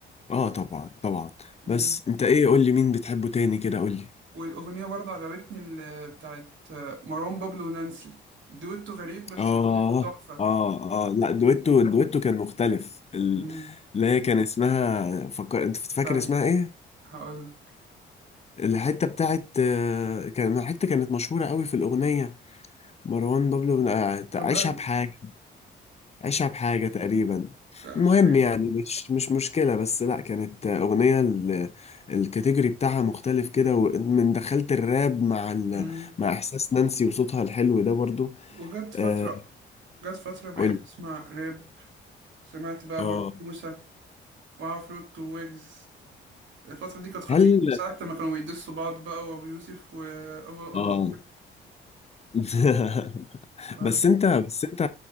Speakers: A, on the left; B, on the right.
A: اه طبعا طبعا
B: مم.
A: بس انت ايه قول لي مين بتحبه تاني كده قول لي
B: والأغنية برضه عجبتني اللي بتاعت مروان بابلو ونانسي دويتو غريب بس
A: اه
B: الأغنية كانت تحفة
A: اه اه لا دويتو دويتو كان مختلف ال-
B: مم.
A: اللي هي كان اسمها فكر انت فاكر
B: استنى
A: اسمها ايه
B: هقول لك
A: الحته بتاعت آه، كان حته كانت مشهوره قوي في الاغنيه مروان بابلو بن- آه،
B: لما
A: عيشها
B: قال
A: بحاجه أشعب حاجة تقريبا
B: لا
A: المهم
B: مش
A: يعني مش مش مشكلة بس لأ كانت أغنية ال- الكاتيجوري بتاعها مختلف كده ومن دخلت الراب مع ال...
B: فاكر
A: مع إحساس نانسي وصوتها الحلو ده برضو
B: وجت فترة
A: أه
B: جت فترة بقيت
A: قولي
B: أسمع راب سمعت بقى
A: اه
B: مروان موسى وعفروت وويجز الفترة دي كانت خطيرة
A: هل
B: ساعة لما كانوا بيدسوا بعض بقى وأبو يوسف وأبو الأنقور
A: اه <laughs>
B: عز-
A: بس انت بس انت